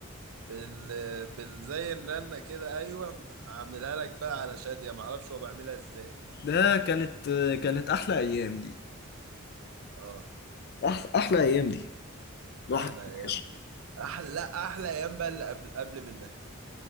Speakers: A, on the right; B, on the left.
A: بال... بال... زي الرنة كده ايوه عاملها لك بقى على شادية معرفش هو بيعملها ازاي
B: ده كانت كانت احلى ايام دي
A: اه
B: أح احلى ايام دي الواحد
A: احلى
B: كان
A: ايام
B: وحش.
A: احلى لا احلى ايام بقى اللي قبل قبل منها